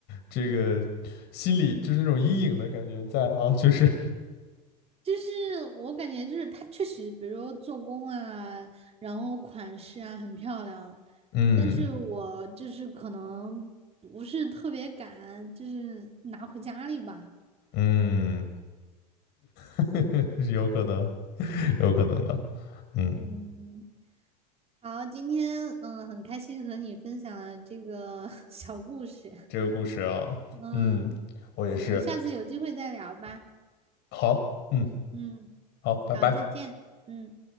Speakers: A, on the left; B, on the right.
A: 这个心里就是那种阴影的感觉在啊，就是
B: 就是我感觉就是它确实，比如说做工啊，然后款式啊很漂亮，
A: 嗯
B: 但是我就是可能不是特别敢，就是拿回家里吧。
A: 嗯，<laughs> 是有可能，<laughs> 有可能的，嗯，
B: 嗯，好，今天嗯很开心和你分享了这个 <laughs> 小故事。
A: 这个故事啊，
B: 嗯，
A: 嗯，我也是，
B: 行，下次有机会再聊吧。
A: 好，嗯，
B: 嗯，
A: 好，拜拜。
B: 好，再见。嗯。